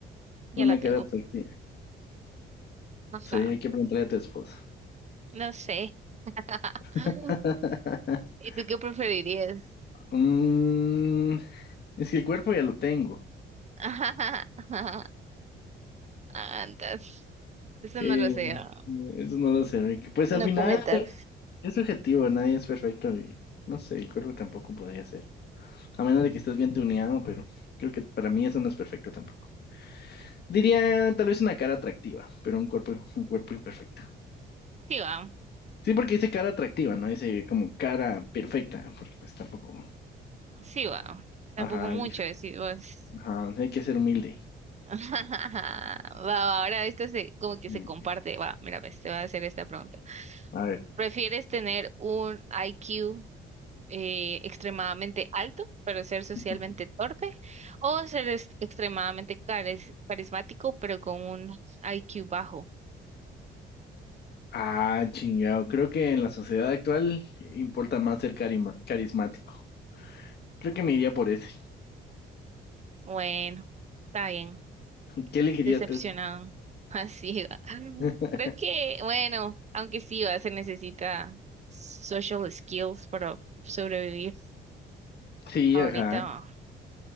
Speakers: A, on the right; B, on the left.
A: Ya
B: Una
A: la tengo.
B: cara atractiva.
A: No
B: Sí,
A: sé.
B: hay que preguntarle a tu esposo.
A: No sé. Ah,
B: <laughs>
A: ¿Y tú qué preferirías?
B: Mm, es que el cuerpo ya lo tengo.
A: <laughs> Antes. Eso
B: Eh,
A: no lo sé. ah.
B: eso no lo sé, Rick. Pues
A: No
B: al final
A: comentar.
B: es subjetivo, nadie es perfecto y no sé, el cuerpo tampoco podría ser. A menos de que estés bien tuneado, pero creo que para mí eso no es perfecto tampoco. Diría tal vez una cara atractiva, pero un cuerpo, un cuerpo imperfecto.
A: Sí va,
B: Sí, porque dice cara atractiva, no dice como cara perfecta, porque pues tampoco.
A: sí va. Tampoco
B: Ajá,
A: mucho
B: es diferente.
A: decir vos.
B: Ajá, hay que ser humilde.
A: <laughs> Va, va, ahora esto se, como que se
B: Mm,
A: comparte. Va, mira, pues te voy a hacer esta pregunta.
B: A ver.
A: ¿Prefieres tener un IQ? eh, extremadamente alto, pero ser socialmente
B: ujú.
A: torpe, o ser es- extremadamente caris- carismático, pero con un IQ bajo.
B: Ah, chingado. Creo que en la sociedad actual importa más ser carima- carismático. Creo que me iría por ese.
A: Bueno, está bien,
B: ¿Qué elegirías
A: decepcionado.
B: tú?
A: Así va. <laughs>
B: <laughs>
A: Creo que, bueno, aunque sí va, se necesita social skills para sobrevivir
B: Sí,
A: ahorita.
B: ajá,
A: Va.